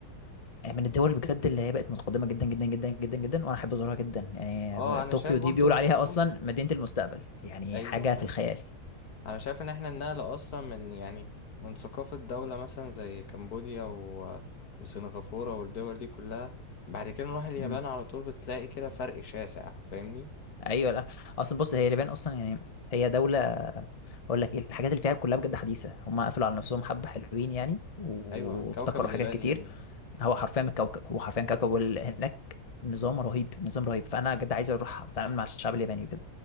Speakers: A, on the left; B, on the left.
A: آه، من الدول بجد اللي هي بقت متقدمه جدا جدا جدا جدا جدا وانا احب ازورها جدا يعني
B: اه
A: ب-
B: انا
A: طوكيو
B: شايف برضو
A: دي بيقولوا
B: النقلة
A: عليها اصلا مدينه المستقبل
B: <laughs>
A: يعني
B: ايوه
A: حاجه
B: طبعا
A: في الخيال
B: انا شايف ان احنا النقلة اصلا من يعني من ثقافة دولة مثلا زي كمبوديا و... وسنغافورة والدول دي كلها بعد كده نروح اليابان
A: امم
B: على طول بتلاقي كده فرق شاسع فاهمني
A: ايوه لا اصلا بص هي اليابان اصلا يعني هي دوله اقول لك ايه الحاجات اللي فيها كلها بجد حديثه هم قفلوا على نفسهم حبه حلوين يعني وابتكروا
B: ايوه كوكب اليابان
A: حاجات كتير
B: يا ابني
A: هو حرفيا الكوكب هو حرفيا كوكب وال- هناك نظام رهيب نظام رهيب فانا بجد عايز اروح اتعامل مع الشعب الياباني بجد